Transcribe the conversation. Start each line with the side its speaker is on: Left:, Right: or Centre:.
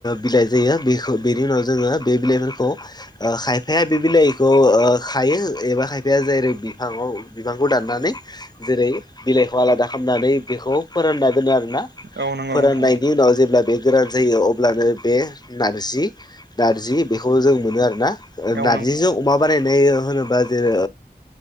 Left: बिलाइ जेयो बेखौ बेनि उनाव जोंओ बे बिलाय फोरखौ ओ खायफाया बे बिलाइखौ खायो एबा खायफाया जै बिफाङाव बिफांखौ दाननानै जेरै बिलाइखौ आलादा खालामनानै बेखौ फोरानना दोनो आरो। ना
Right: औ नंगौ
Left: फोराननायनि
Right: नोंथां
Left: उनाव जेब्ला बे गोरान जायो अब्लानो बे नारजि नारजि बेखौ जों मोनो आरोना
Right: औ नंगौ नोंथां औ
Left: जिजौ अमा बानायनाय होनोबा जेरै